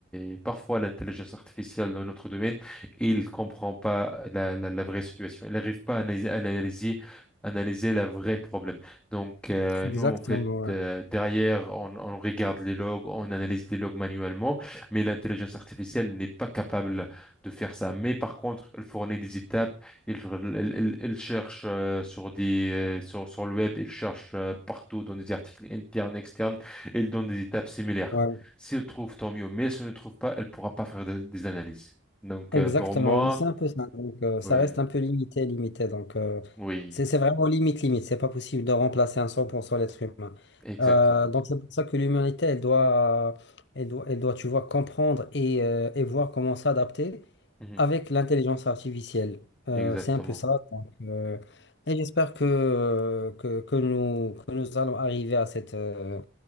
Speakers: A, in the centre; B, on the left.
A: euh, parfois l'intelligence artificielle dans notre domaine, il comprend pas la, la, la vraie situation. Il n'arrive pas à analyser, à analyser, analyser la vraie problème. Donc, euh,
B: exactement,
A: nous, en fait,
B: ouais.
A: euh, derrière, on, on regarde les logs, on analyse les logs manuellement, mais l'intelligence artificielle n'est pas capable de faire ça. Mais par contre, elle fournit des étapes, elle, elle, elle- elle cherche euh, sur des, euh, sur, sur le web, elle cherche euh, partout dans des articles internes, externes elle donne des étapes similaires.
B: Ouais.
A: Si elle trouve, tant mieux. Mais si elle ne trouve pas, elle pourra pas faire de- des analyses. Donc,
B: Exactement,
A: euh, pour moi,
B: oui, c'est un peu ça. Donc, euh, ça
A: oui,
B: reste un peu limité, limité. Donc, euh,
A: oui,
B: c'est c'est vraiment limite, limite. C'est pas possible de remplacer à 100% l'être humain.
A: exactement.
B: Euh, donc, c'est pour ça que l'humanité, elle doit, elle doit, elle doit, tu vois, comprendre et, euh, et voir comment s'adapter
A: Mhm,
B: avec l'intelligence artificielle. Euh,
A: Exactement.
B: c'est un peu ça. Donc, euh, et j'espère que, que, que nous, que nous allons arriver à cette, euh,